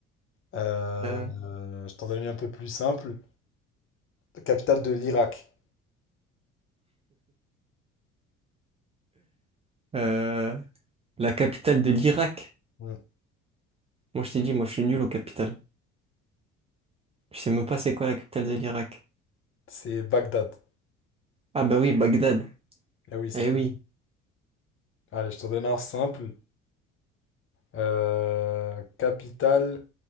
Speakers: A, on the left; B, on the right.
A: Euh,
B: Euh...
A: euh, je t'en donne une un peu plus simple. La capitale de l'Irak.
B: euh, La capitale de l'Irak.
A: Hmm.
B: Moi, je t'ai dit, moi, je suis nul aux capitales. Je sais même pas c'est quoi la capitale de l'Irak.
A: C'est Bagdad.
B: Ah bah oui, Bagdad.
A: Eh oui, c'est
B: Eh
A: cool.
B: oui.
A: Allez, je t'en donne un simple. Euh, capitale